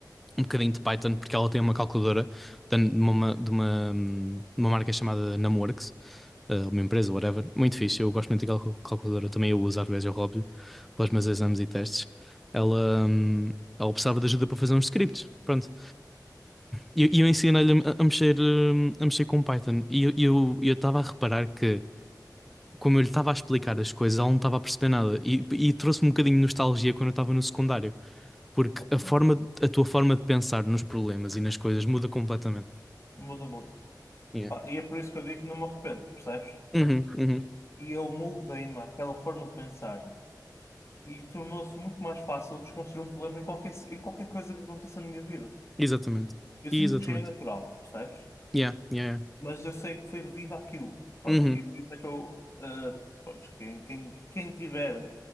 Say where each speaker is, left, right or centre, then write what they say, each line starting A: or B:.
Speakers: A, in the centre; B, on the left.
A: um bocadinho de Python, porque ela tem uma calculadora de uma, de uma, de uma marca chamada Numworks, eh, uma empresa,
B: Sim.
A: whatever. Muito fixe, eu gosto muito daquela cal- calculadora, também eu uso, às vezes eu roubo-lhe para os meus exames e testes. Ela, hum, ela precisava de ajuda para fazer uns scripts, pronto. E eu, e eu, ensinei-lhe a, a mexer, hum, a mexer com Python. E eu eu eu estava a reparar que, como eu lhe estava a explicar as coisas, ela não estava a perceber nada. E, e trouxe-me um bocadinho de nostalgia quando eu estava no secundário. Porque
B: Ok,
A: a forma, a tua forma de pensar nos problemas e nas coisas muda completamente.
B: muda muito.
A: Yeah.
B: Pá, E é por isso que eu digo que não me arrependo, percebes?
A: Uhum, uhum.
B: E eu moldei-me àquela forma de pensar. e tornou-se muito mais fácil desconstruir um problema em qualquer, em qualquer coisa que aconteça na minha vida.
A: Exatamente.
B: Eu
A: Exatamente.
B: sinto que já é natural, percebes?
A: Yeah, yeah, yeah.
B: Mas eu sei que foi devido àquilo. Pronto,
A: Uhum,
B: e por isso é que eu, ah, pronto, quem, quem, quem tiver